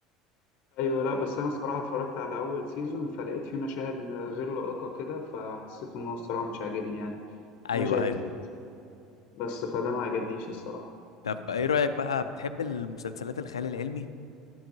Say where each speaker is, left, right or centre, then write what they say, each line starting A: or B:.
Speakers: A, on the left (about 55°); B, on the left (about 85°).
A: ايوه لا بس انا الصراحه اتفرجت على اول سيزون فلقيت فيه مشاهد م- غير لائقه كده فحسيت ان هو الصراحه مش عاجبني يعني
B: ايوه
A: في مشاهد
B: ايوه
A: كتير بس فده ما عجبنيش الصراحه
B: طب ايه رأيك بقى بتحب المسلسلات الخيال العلمي